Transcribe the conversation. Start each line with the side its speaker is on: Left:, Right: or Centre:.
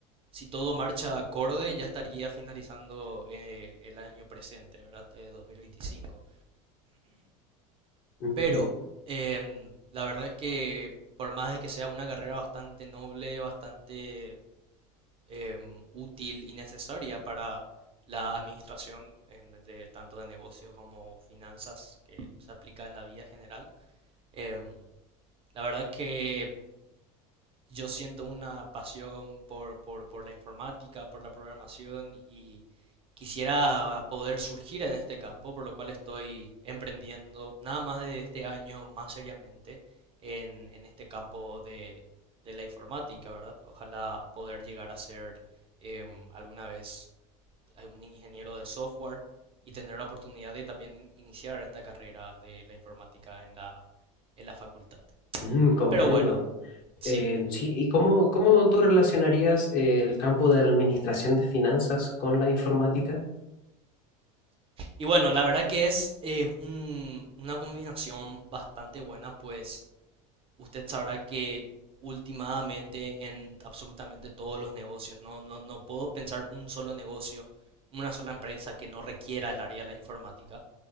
Right: si todo marcha acorde, ya estaría finalizando eh, el año presente, ¿verdad? Eh, 2025.
Left: Mm,
Right: Pero em, la verdad que por más de que sea una carrera bastante noble, bastante em, útil y necesaria para la administración en- de tanto de negocios como finanzas que se aplica en la vida general, em, la verdad que yo siento una pasión por, por, por la informática, por la programación y quisiera poder surgir en este campo, por lo cual estoy emprendiendo nada más de este año más seriamente en, en este campo de, de la informática, ¿verdad? Ojalá poder llegar a ser em, alguna vez un ingeniero de software y tener la oportunidad de también iniciar esta carrera de la informática en la, en la facultad.
Left: mm, comprendo.
Right: Pero bueno, sí.
Left: Em, sí, ¿y cómo, cómo tú relacionarías eh, el campo de administración de finanzas con la informática?
Right: Y bueno, la verdad que es eh, un- una combinación bastante buena, pues usted sabrá que últimamente en absolutamente todos los negocios, no, no, no puedo pensar un solo negocio, una sola empresa que no requiera el área de la informática.